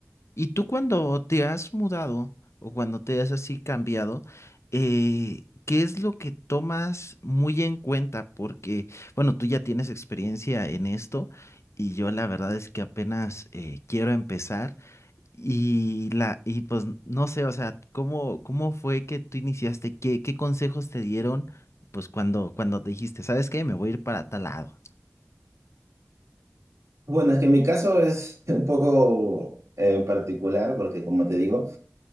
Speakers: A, on the left (about 65°); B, on the right (about 80°).
A: ¿Y tú cuando te has mudado o cuando te has así cambiado, eh, qué es lo que tomas muy en cuenta? Porque, bueno, tú ya tienes experiencia en esto y yo la verdad es que apenas eh, quiero empezar y la y pues no sé, o sea, ¿cómo cómo fue que tú iniciaste? ¿Qué qué consejos te dieron pues cuando cuando dijiste, ¿sabes qué? Me voy a ir para tal lado.
B: Bueno, es que mi caso es <laughs> un poco eh, particular porque, como te digo,